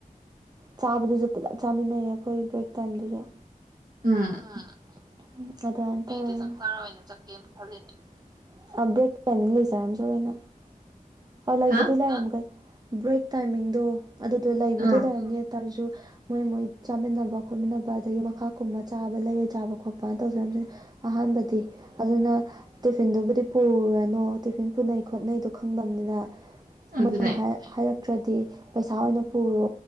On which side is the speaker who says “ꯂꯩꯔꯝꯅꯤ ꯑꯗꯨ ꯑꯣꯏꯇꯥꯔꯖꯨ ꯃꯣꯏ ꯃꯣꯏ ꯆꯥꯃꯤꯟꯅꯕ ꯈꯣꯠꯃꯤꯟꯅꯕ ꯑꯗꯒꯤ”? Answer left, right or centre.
Right